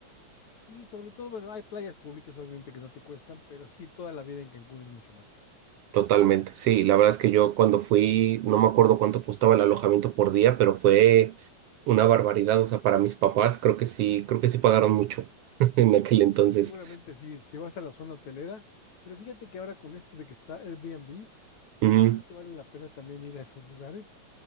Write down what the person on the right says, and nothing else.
Totalmente, sí, la verdad es que yo cuando fui, no me acuerdo cuánto costaba el alojamiento por día, pero fue una barbaridad, o sea, para mis papás creo que sí, creo que sí pagaron mucho <laughs> en aquel entonces.
Ujú,